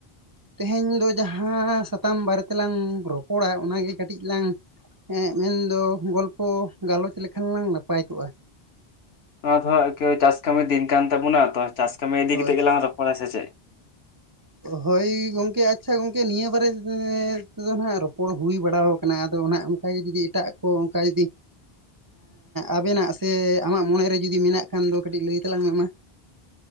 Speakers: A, on the right (about 35°); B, on the left (about 80°).
A: ᱛᱮᱦᱮᱧ ᱫᱚ ᱡᱟᱸᱦᱟᱸ ᱥᱟᱛᱟᱢ ᱵᱟᱨᱮ ᱛᱮᱞᱟᱝ ᱨᱚᱯᱚᱲᱟ ᱚᱱᱟᱜᱮ ᱠᱟᱹᱴᱤᱡ ᱞᱟᱝ ᱦᱮᱸ ᱢᱮᱱᱫᱚ ᱜᱚᱞᱯᱚ ᱜᱟᱞᱚᱪ ᱞᱮᱠᱷᱟᱱ ᱞᱟᱝ ᱱᱟᱯᱟᱭ ᱠᱚᱜᱼᱟ᱾
B: ᱱᱚᱣᱟ ᱫᱚ ᱦᱟᱜ <inaudible> ᱪᱟᱥ ᱠᱟᱹᱢᱤ ᱫᱤᱱ ᱠᱟᱱ ᱛᱟᱵᱩᱱᱟ ᱛᱚ ᱪᱟᱥ ᱠᱟᱹᱢᱤ ᱤᱫᱤ
A: ᱦᱳᱭ
B: ᱠᱟᱛᱮ ᱜᱮᱞᱟᱝ ᱨᱚᱯᱚᱲᱟ ᱥᱮ ᱪᱮᱫ?
A: ᱦᱳᱭ ᱜᱚᱢᱠᱮ ᱟᱪᱪᱷᱟ ᱜᱚᱝᱠᱮ ᱱᱤᱭᱟᱹ ᱵᱟᱨᱮ ᱛᱮᱫᱚ ᱱᱟᱦᱟᱜ ᱨᱚᱯᱚᱲ ᱦᱩᱭ ᱵᱟᱲᱟᱣ ᱠᱟᱱᱟ ᱟᱫᱚ <inaudible> ᱚᱱᱠᱟ ᱜᱮ ᱡᱩᱫᱤ ᱮᱴᱟᱜ ᱠᱚ ᱚᱱᱠᱟᱭ ᱤᱫᱤ ᱟᱵᱮᱱᱟᱜ ᱥᱮ ᱟᱢᱟᱜ ᱢᱚᱱᱮᱨᱮ ᱡᱩᱫᱤ ᱢᱮᱱᱟᱜ ᱠᱷᱟᱱ ᱫᱚ ᱠᱟᱹᱴᱤᱡ ᱞᱟᱹᱭ ᱛᱟᱞᱟᱝ ᱢᱮ ᱢᱟ᱾